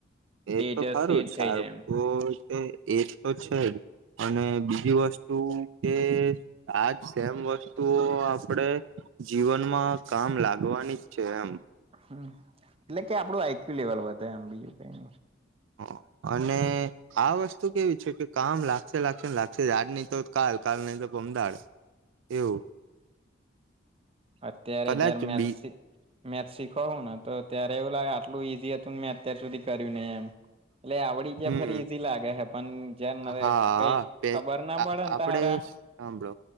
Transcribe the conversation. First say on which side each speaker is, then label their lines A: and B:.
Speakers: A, on the right; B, on the right.
A: તેજ
B: એ તો ખરું
A: તેજ
B: જ <unintelligible>
A: થઈ જાય એમ
B: તો એ તો છે જ અને બીજી વસ્તુ કે આજ સેમ વસ્તુઓ આપડે જીવનમાં કામ લાગવાની જ છે એમ
A: હમ્મ એટલે કે આપડું આઈક્યુ લેવલ વધે એમ બીજું કઈ નઈ
B: હમ્મ અને આ વસ્તુ કેવી છે કે કામ લાગશે લાગશે ને લાગશે આજ ની તો કાલ કાલ ની તો પમદાડ એવું
A: અત્યારે
B: કદાચ
A: જ્યારે મેથ
B: બી
A: શી મેથ શીખો હું ને તો ત્યારે એવું લાગે આટલુ ઈઝી હતું મેં અત્યાર સુધી કર્યું નઈ એમ એટલે આવડી જયા
B: હમ
A: ફરી ઈઝી લાગે હે પણ જયારે
B: હા
A: કઈ
B: પે
A: ખબર ના
B: આ
A: પડે ને
B: આપડે
A: તારા
B: જ હાભળો